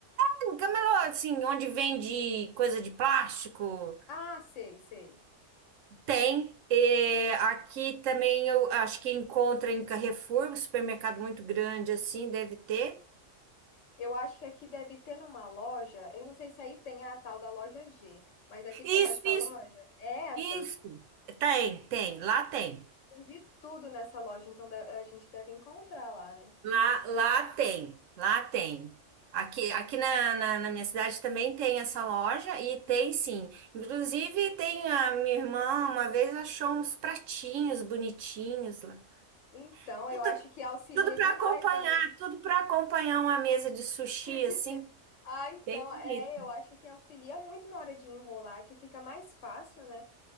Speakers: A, on the right; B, on the left.
A: tem um camelô, assim, onde vende coisa de plástico,
B: Ah, sei, sei.
A: tem. É, aqui também eu acho que encontra em Carrefour, um supermercado muito grande assim, deve ter.
B: Eu acho que aqui deve ter numa loja. Eu não sei se aí tem a tal da loja G, mas aqui
A: Isso,
B: tem essa
A: isso.
B: loja. É essa?
A: Isso. Tem, tem, lá tem.
B: Tem de tudo nessa loja, então de- a gente deve encontrar lá, né?
A: Lá, lá tem, lá tem. Aqui, aqui na, na, na minha cidade também tem essa loja e tem sim. Inclusive, tem a minha irmã uma vez achou uns pratinhos bonitinhos lá.
B: Então,
A: Tudo,
B: eu acho que auxilia
A: tudo para
B: demais
A: acompanhar,
B: na hora de.
A: tudo para acompanhar uma mesa de sushi
B: <laughs>
A: assim,
B: Ah, então,
A: bem bonita.
B: é, eu acho que auxilia muito na hora de enrolar, que fica mais fácil, né?